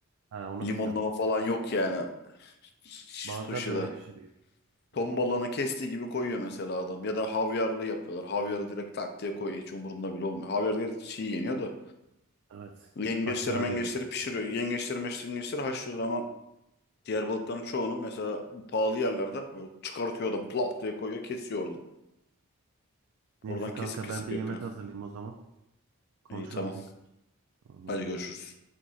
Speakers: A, on the right (about 70°); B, on the left (about 45°).
A: Ha onu
B: limonlama
A: bilmiyorum.
B: falan yok yani. Sushi'de.
A: Bazıları da öyle pişiriyor.
B: Ton
A: Hmm,
B: balığını kestiği gibi koyuyor mesela adam. Ya da havyarlı yapıyorlar. Havyarı direkt tak diye koyuyor. Hiç umurunda bile olmuyor. Havyar direkt çiğ yeniyor da.
A: evet.
B: Yengeçleri
A: Haşlanır
B: mengeçleri
A: ya da.
B: pişiriyor. Yengeçleri meşleri yengeçleri haşlıyor ama diğer balıkların çoğunu mesela pahalı yerlerde e, çıkartıyor adam. Plop diye koyuyor kesiyor oradan.
A: Neyse
B: Oradan
A: kanka
B: kesip kesip
A: ben bir
B: yapıyor.
A: yemek hazırlayayım o zaman. Konuşalım
B: İyi tamam.
A: tekrar. Tamam
B: Hadi
A: hadi
B: görüşürüz.
A: bay bay.